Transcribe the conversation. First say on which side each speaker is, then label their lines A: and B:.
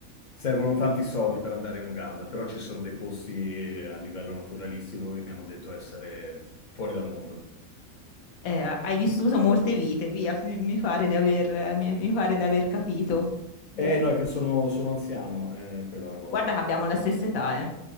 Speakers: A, on the left (about 45°); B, on the left (about 75°).
A: servono tanti soldi per andare in Uganda, però ci sono dei posti a livello naturalistico che mi hanno detto essere fuori dal mondo.
B: Eh, hai vissuto molte vite, via, mi, mi pare di aver, mi mi pare di aver capito. Bene.
A: Eh no, è che sono, sono anziano, eh, quella è la cosa.
B: Guarda che abbiamo la stessa età, eh.